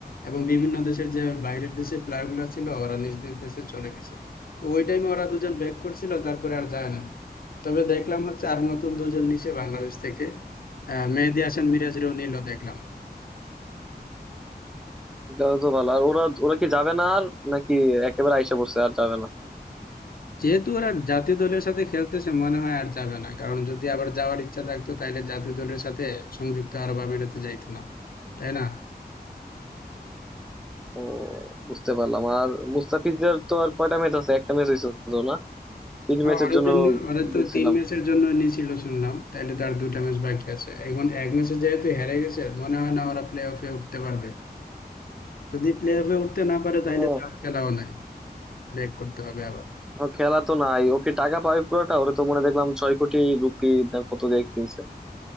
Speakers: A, on the left (about 60°); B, in the centre.
A: এবং বিভিন্ন দেশের যে বাইরের দেশে প্লেয়ার গুলো ছিল ওরা নিজ নিজ দেশে চলে গেছে তো ওই টাইমে ওরা দুজন ব্যাক করছিল তারপরে আর যায় না তবে দেখলাম হচ্ছে আর নতুন দুজন নিচে বাংলাদেশ থেকে আহ মেহেদী হাসান মিরাজরেও নিল দেখলাম
B: তাহলে তো ভালো আর ওরা ওরা কি যাবে না আর নাকি একেবারে আইসা পড়ছে আর যাবে না
A: যেহেতু ওরা জাতীয় দলের সাথে খেলতেছে মনে হয় আর যাবে না কারণ যদি আবার যাওয়ার ইচ্ছা থাকতো তাহলে জাতীয় দলের সাথে সংযুক্ত আরব আমিরাতে যাইতো না তাই না
B: ও বুঝতে পারলাম আর মুস্তাফিজের তো আর কয়টা ম্যাচ আছে একটা ম্যাচ হয়েছে তো না তিন
A: হ্যাঁ
B: ম্যাচের
A: ওর
B: জন্য
A: জন্য ওরা তো
B: দেখছিলাম
A: তিন ম্যাচের জন্য নিয়েছিল শুনলাম তাইলে তার দুটা ম্যাচ বাকি আছে এখন এক ম্যাচে যেহেতু হেরে গেছে মনে হয় না ওরা প্লে অফে উঠতে পারবে যদি প্লে অফে উঠতে না পারে তাহলে
B: ও
A: তো আর খেলাও নাই ব্যাক করতে হবে আবার
B: ও খেলা তো নাই ওকে টাকা পাবে পুরোটা ওরে তো মনে হয় দেখলাম ছয় কোটি রুপি না কত দিয়ে কিনছে